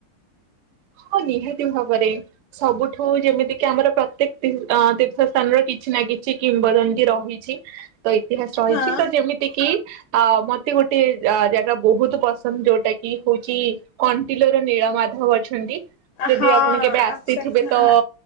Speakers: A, on the right; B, on the left.
A: ହଁ ନିହାତି ଭାବରେ। ସବୁଠୁ ଯେମିତି କିି ଆମର ପ୍ରତ୍ୟେକ ତି ଆଁ ଦୀର୍ଥସ୍ଥାନର କିଛି ନା କିଛି କିମ୍ବଦନ୍ତି ରହିଛି। ଛି ତ ଇତିହାସ ରହିଛି
B: ହଁ
A: ତ ଯେମିତି କିି ଅ ମତେ ଗୋଟେ ଅ ଜାଗା ବହୁତ ପସନ୍ଦ ଯୋଉଟା କି ହଉଛି କଣ୍ଟିଲୋର ନୀଳ ମାଧବ ଅଛନ୍ତି। ଯଦି
B: ହଁ
A: ଆପଣ କେବେ ଆସିଥିବେ
B: ଆଚ୍ଛା ହଁ
A: ତ